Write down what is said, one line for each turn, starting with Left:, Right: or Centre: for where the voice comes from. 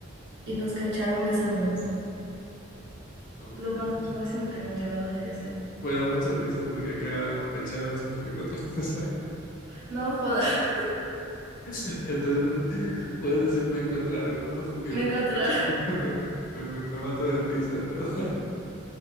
Right: y nos cacharon besándonos.
Left: Mm,
Right: Lo más, lo máximo que me han llevado a dirección.
Left: Me da mucha risa porque acá cacharon significa otra cosa.
Right: No joda, <laughs>
Left: <laughs> Entonces, puedes decir me encontraron, porfa, porque
Right: me encontraron.
Left: <laughs> me, me, me mato de risa, de verdad.